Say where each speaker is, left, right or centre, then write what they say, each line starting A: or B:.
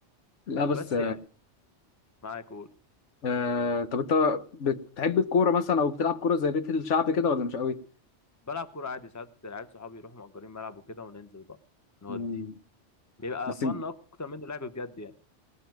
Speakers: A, on the left (about 80°); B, on the left (about 15°).
A: لا بس
B: بس يعني معاك قول
A: آه طب انت بتحب الكوره مثلا او بتلعب كوره زي بيت الشعب كده ولا مش قوي
B: بلعب كورة عادي ساعات العيال صحابي يروحوا مأجرين ملعب وكده وننزل بقى نودي
A: مم.
B: بيبقى
A: بس
B: فن أكتر منه لعب بجد يعني